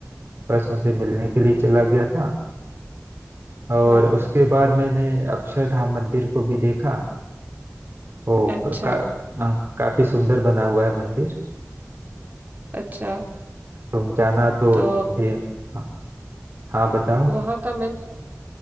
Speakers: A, on the right; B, on the right.
A: बस उनसे मिलने के लिए चला गया था और
B: हाँ
A: उसके बाद मैंने अक्षरधाम मंदिर को भी देखा वो
B: अच्छा
A: क- का, आ, काफी सुंदर बना हुआ है मंदिर
B: अच्छा
A: तुम जाना तो
B: तो
A: तुम भी हाँ, हाँ बताओ
B: तो वहाँ का मैंने